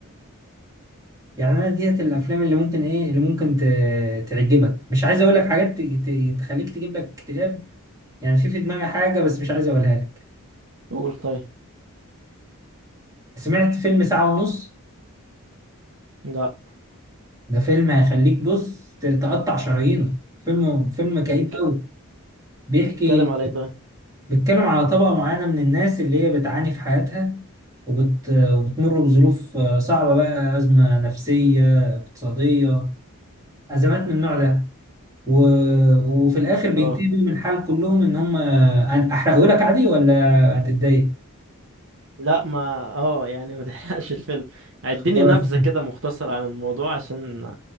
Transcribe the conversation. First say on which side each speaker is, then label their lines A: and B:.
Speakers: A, on the right; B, on the right.
A: يعني انا ديت الافلام اللي ممكن ايه اللي ممكن ت- تعجبك مش عايز اقول لك حاجات ت- ت- تخليك تجيب لك اكتئاب يعني في في دماغي حاجه بس مش عايز اقولها لك
B: قول طيب
A: سمعت فيلم ساعه ونص
B: لا
A: ده فيلم هيخليك بص ت- تقطع شرايينك فيلم فيلم كئيب
B: بيتك...
A: قوي بيحكي
B: بيتكلم على ايه
A: بيتكلم على طبقه معينه من الناس اللي هي بتعاني في حياتها وبت... وبتمر بظروف آه، صعبه بقى ازمه نفسيه اقتصاديه ازمات من النوع ده و... وفي الاخر بينتهي
B: طيب
A: بيهم الحال كلهم ان هم احرقه لك عادي ولا هتتضايق
B: لا ما اه يعني ما تحرقش الفيلم اديني
A: خلاص
B: نبذة كده مختصر عن الموضوع عشان